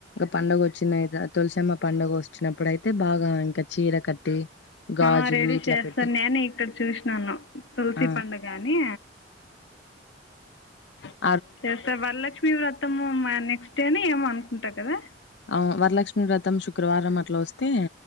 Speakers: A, on the left; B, on the left.
A: పండుగ వచ్చినయి తులసమ్మ పండుగ వచ్చినప్పుడు అయితే బాగ ఇంక చీర కట్టి గాజులు
B: ఆ రెడీ చేస్తాను
A: ఇట్లా పెట్టి
B: నేనే ఇక్కడ చూసినాను తులసి
A: ఆ
B: పండుగాని
A: అ
B: చేస్తే వరలక్ష్మి వ్రతము నెక్స్ట్ డే ఏమో అనుకుంటా కదా
A: ఆ వరలక్ష్మి వ్రతం శుక్రవారం అట్ల వస్తే